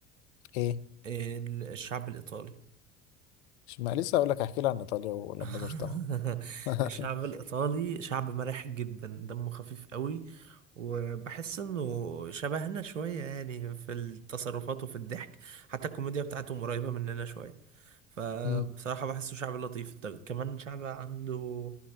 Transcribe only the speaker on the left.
ايه
مش ما لسه اقول لك احكي لي عن ايطاليا ولما
زرتها <laughs>
مم،